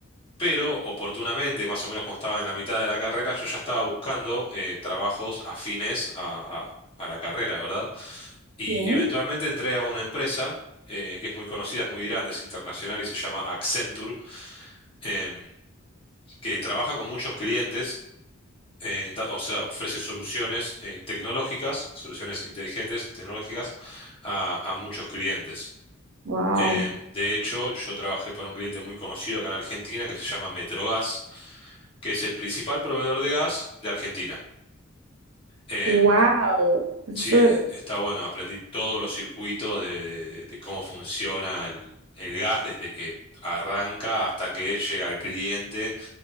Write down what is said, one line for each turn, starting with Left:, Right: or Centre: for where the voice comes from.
Left: pero oportunamente, más o menos como estaba en la mitad de la carrera, yo ya estaba buscando eh, trabajos afines a, a- a la carrera, ¿verdad? Y
Right: Sí.
Left: eventualmente entré a una empresa eh, que es muy conocida, es muy grande, es internacional y se llama Accenture, em, que trabaja con muchos clientes eh, ta- o sea, ofrece soluciones eh, tecnológicas, soluciones inteligentes, tecnológicas, a, a muchos clientes.
Right: Wow.
Left: Eh, de hecho, yo trabajé para un cliente muy conocido acá en Argentina que se llama Metrogas, que es el principal proveedor de gas de Argentina. Em,
Right: Wow. Eso,
Left: sí, eh, está bueno, aprendí todos los circuitos de, de- de- de cómo funciona el, el gas desde que arranca hasta que llega al cliente